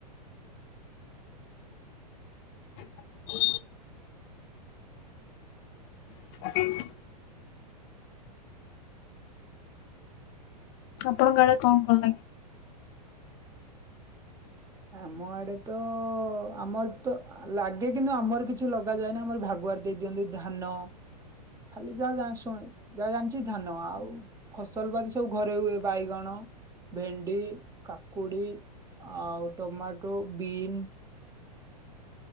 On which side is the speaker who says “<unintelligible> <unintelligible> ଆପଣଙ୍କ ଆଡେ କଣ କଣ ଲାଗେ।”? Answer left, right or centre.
Left